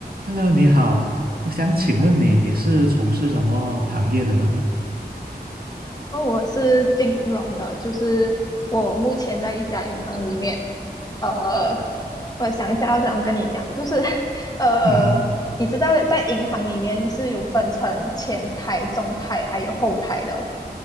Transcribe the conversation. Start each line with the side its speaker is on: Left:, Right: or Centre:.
Right: Hello，你好，我想请问你，你是从事什么行业的呢？
Left: 哦，我是金融的，就是我目前在一家银行里面，呃，我想一下要怎样跟你讲，就是 <laughs> 呃，
Right: 嗯
Left: 你知道在银行里面是有分成前台、中台还有后台的。